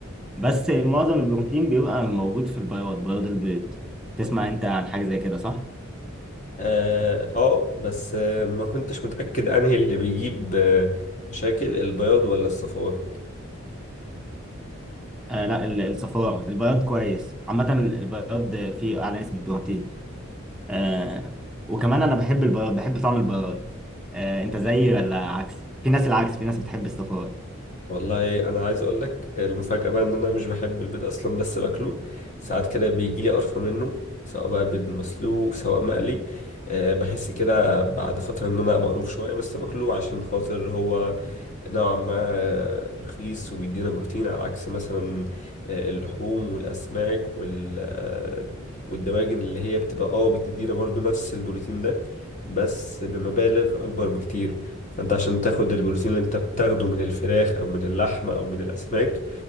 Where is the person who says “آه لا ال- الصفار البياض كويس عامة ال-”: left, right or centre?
Centre